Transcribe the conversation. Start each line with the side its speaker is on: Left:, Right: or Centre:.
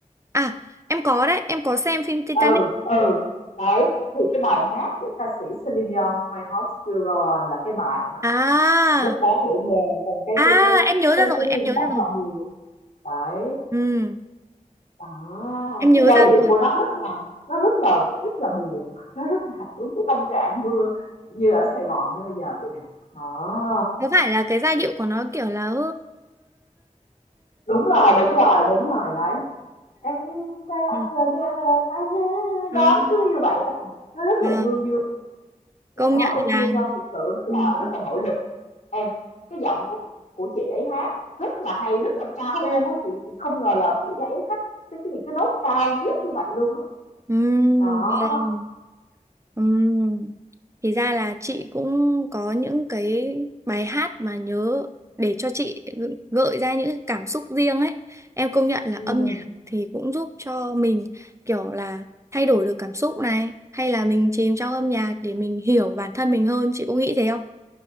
Right: À em có đấy em có xem phim Titanic.
Left: ừ ừ đấy thì cái bài hát của ca sĩ Celine Dion My Heart Will Go On là cái bài mà
Right: À
Left: rất đáng để nghe còn cái
Right: à
Left: cái cái
Right: em nhớ
Left: cái
Right: ra rồi
Left: cái
Right: em
Left: khung
Right: nhớ ra
Left: cảnh
Right: rồi.
Left: mọi người đấy
Right: Ừ
Left: đó
Right: em nhớ
Left: cái giai
Right: ra
Left: điệu
Right: rồi.
Left: của nó rất là nó rất là rất là buồn nó rất là đúng cái tâm trạng mưa như ở Sài Gòn như bây giờ vậy nè đó
Right: Có phải là cái giai điệu của nó kiểu là
Left: đúng rồi đúng rồi đúng rồi đấy em ta
Right: ừ.
Left: anh giờ đi anh giờ đi, anh
Right: Ừ.
Left: đó nó cứ như vậy đó nó rất
Right: Vâng,
Left: là vui vui giọng
Right: công
Left: hát
Right: nhận
Left: của
Right: là
Left: Celine Dion thực sự rất
Right: ừm,
Left: là rất là nội lực Em, cái giọng của của chị ấy hát rất là hay, rất là cao luôn á, chị chị không ngờ là chị ấy hát tới cái những cái nốt cao vút như vậy luôn á.
Right: ừm,
Left: Đó.
Right: vâng, ừm. Thì ra là chị cũng có những cái bài hát mà nhớ để cho chị gợi ra những cái cảm xúc riêng ấy. Em công nhận là
Left: Ừ,
Right: âm nhạc thì cũng giúp cho mình kiểu là thay đổi được cảm xúc này, hay là mình chìm trong âm nhạc để mình hiểu bản thân mình hơn, chị có nghĩ thế không?